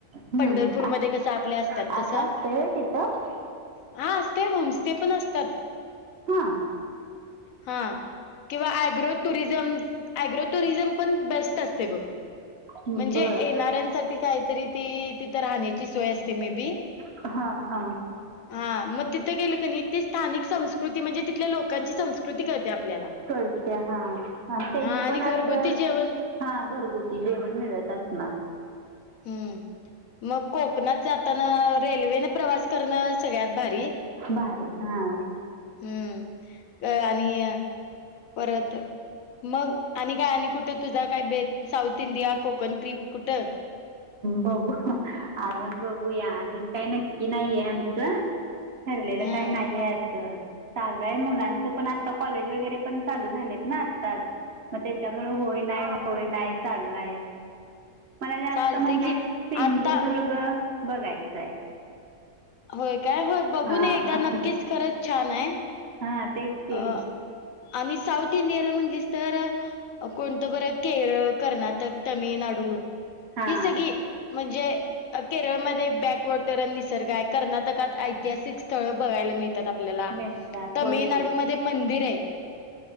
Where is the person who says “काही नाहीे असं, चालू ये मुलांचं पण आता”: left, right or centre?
Right